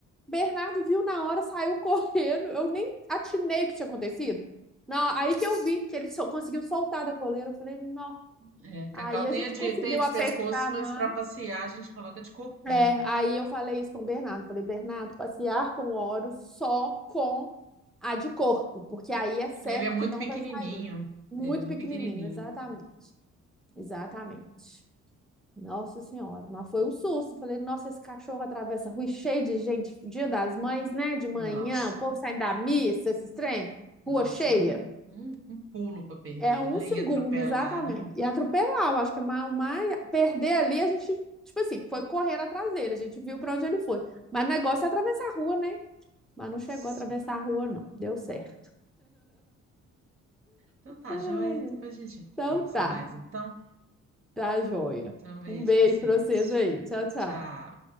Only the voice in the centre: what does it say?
Bernardo viu na hora, saiu correndo, eu nem atinei o que tinha acontecido. Não, aí que eu vi que ele só conseguiu soltar da coleira, eu falei, nossa.
Aí a
gente
conseguiu
apertar
mais.
É, aí eu falei isso com o Bernardo. Falei, Bernardo, passear com oro só com a de corpo, porque aí é certo
que não
vai sair. Muito
pequenininho,
exatamente. Exatamente. Nossa Senhora, mas foi um susto. Falei, nossa, esse cachorro atravessa a rua e cheio de gente, dia das mães, né? De manhã,
o povo saindo da missa, esses trem,
rua cheia.
É um
segundo,
exatamente.
E atropelar, eu acho que mais, mais perder ali, a gente, tipo assim, foi correndo atrás dele, a gente viu para onde ele foi. Mas o negócio é atravessar a rua, né? Mas
não chegou a
atravessar a rua, não. Deu certo.
Ai,
então tá,
tá joia.
Um beijo
para vocês aí. Tchau, tchau.